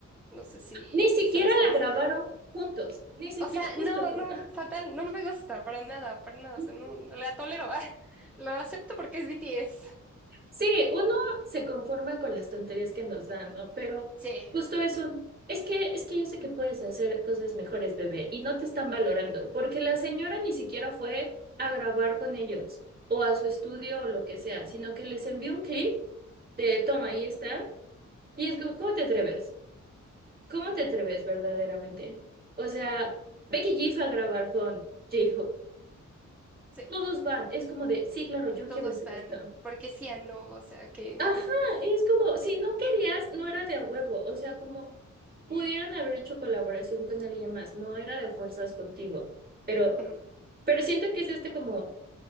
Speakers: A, in the centre; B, on the right.
A: No sé si
B: Ni siquiera
A: sabes cuál
B: la grabaron
A: es.
B: juntos, ni siquiera,
A: O sea,
B: justo.
A: no,
B: con-
A: no, fatal, no me gusta para nada, para nada.
B: <laughs>
A: O sea, no, la tolero. <laughs> Lo acepto porque es BTS.
B: Sí, uno se conforma con las tonterías que nos dan, ¿no? Pero
A: Sí,
B: justo es un, es que, es que yo sé que puedes hacer cosas mejores, bebé, y no te están valorando, porque la señora ni siquiera fue a grabar con ellos o a su estudio o lo que sea, sino que les envió un clip de toma, ahí está, y es como, ¿cómo te atreves? ¿Cómo te atreves verdaderamente? O sea, Becky G fue a grabar con J-Hope.
A: sí.
B: Todos van, es como de, sí, claro, yo
A: todos
B: quiero hacer
A: van,
B: esto.
A: porque sí a no, o sea que
B: Ajá,
A: mm,
B: es como, si no querías, no era de a huevo, o sea, como pudieron haber hecho colaboración con alguien más, no era de fuerzas contigo, pero,
A: ujú,
B: pero siento que es este como